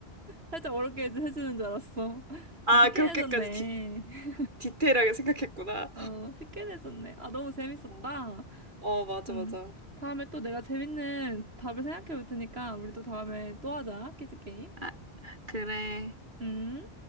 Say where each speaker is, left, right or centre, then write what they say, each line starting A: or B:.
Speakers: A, on the right; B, on the right.
A: 살짝 어렵게 해주- 해주는 줄 알았어. <laughs>
B: 아,
A: 쉽게
B: 그렇게까지
A: 내줬네.
B: 디, 디테일하게 생각했구나.
A: <laughs> 어, 쉽게 내줬네. 아, 너무 재밌었다.
B: 어, 어, 맞아,
A: 음.
B: 맞아.
A: 다음에 또 내가 재밌는 답을 생각해 볼 테니까 우리 또 다음에 또 하자. 퀴즈 게임.
B: 아, 그래.
A: 음.